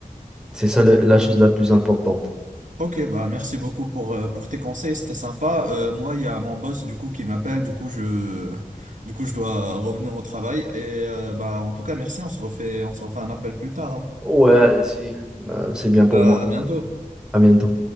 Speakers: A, in the centre; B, on the right (about 60°).
A: c'est ça le- la chose la plus importante.
B: Ok, bah merci beaucoup pour, euh, pour tes conseils, c'était sympa. Euh, moi, il y a mon boss du coup qui m'appelle, du coup je <laughs> du coup je dois revenir au travail. Et euh, bah en tout cas merci, on se refait on se refait un appel plus tard. hein.
A: Ouais, allez-y, Euh, c'est bien pour
B: Euh,
A: moi.
B: à bientôt.
A: À bientôt.